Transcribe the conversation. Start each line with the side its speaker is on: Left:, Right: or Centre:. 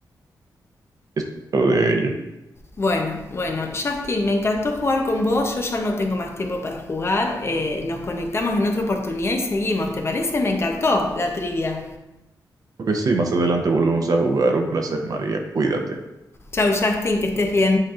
Right: es lo de ella.
Left: Bueno, bueno, Justin, me encantó jugar con vos, yo ya no tengo más tiempo para jugar, eh, nos conectamos en otra oportunidad y seguimos, ¿te parece? Me encantó la trivia.
Right: Creo que sí, más adelante volvemos a jugar. Un placer, María, cuídate.
Left: Chau Justin, que estés bien.